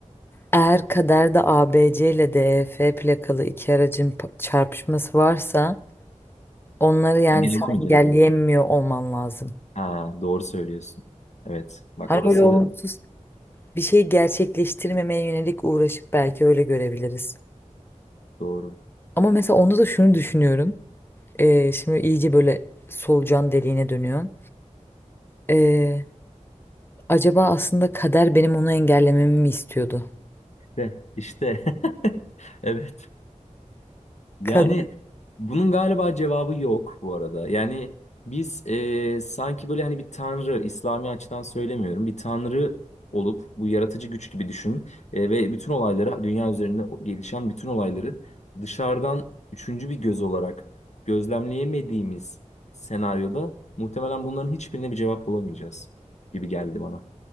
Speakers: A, on the left; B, on the left.
A: Eğer kaderde A B C ile D E F plakalı iki aracın pa- çarpışması varsa onları yani
B: Engel
A: sen
B: olamayacağız
A: engelleyemiyor
B: mı?
A: olman lazım.
B: Ha, doğru söylüyorsun. Evet. Bak
A: Hani
B: orası
A: öyle olumsuz bir şeyi gerçekleştirmemeye yönelik uğraşıp belki öyle görebiliriz.
B: doğru.
A: Ama mesela onda da şunu düşünüyorum. Ee, şimdi iyice böyle solucan deliğine dönüyorum. Ee, acaba aslında kader benim onu engellememi mi istiyordu?
B: İşte, işte. <laughs> Evet. Yani
A: Kader.
B: bunun galiba cevabı yok bu arada. Yani biz e, sanki böyle hani bir tanrı, İslami açıdan söylemiyorum, bir tanrı olup bu yaratıcı güç gibi düşün e, ve bütün olayları, dünya üzerinde gelişen bütün olayları dışarıdan üçüncü bir göz olarak gözlemleyemediğimiz senaryoda muhtemelen bunların hiçbirine bir cevap bulamayacağız gibi geldi bana.